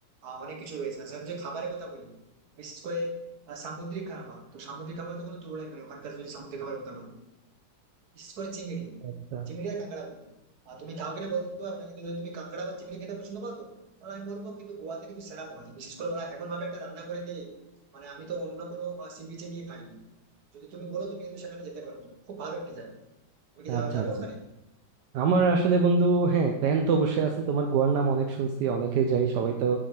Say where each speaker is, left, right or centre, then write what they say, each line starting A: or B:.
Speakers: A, on the right; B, on the right.
A: আহ, অনেক কিছু রয়েছে আর যে খাবারের কথা বলি বিশেষ করে আহ, সামুদ্রিক খাবার তো সামুদ্রিক খাবার তো কোনো তুলনাই মানে ওখানকার যদি সামুদ্রিক খাবারের কথা বলি বিশেষ করে চিংড়ি
B: আচ্ছা
A: চিংড়ি আর কাঁকড়া বন্ধু আর তুমি কাউকে না বলতে পারবে না কিন্তু যদি তুমি কাঁকড়া বা চিংড়ি খেতে পছন্দ পাও তো তাহলে আমি বলবো কিন্তু গোয়াতে কিন্তু সেরা পাওয়া যায় বিশেষ করে ওরা এমন ভাবে একটা রান্না করে দেয় মানে আমি তো অন্য কোনো সি বিচে গিয়ে খাইনি যদি তুমি বলো তুমি কিন্তু সেখানে যেতে পারো খুব ভালো একটি জায়গা তুমি কি যাওয়া
B: আচ্ছা
A: যাবে
B: আচ্ছা
A: ওখানে
B: আমার আসলে বন্ধু হ্যাঁ প্ল্যান তো অবশ্যই আছে তোমার গোয়ার নাম অনেক শুনছি অনেকে যাই সবাই তো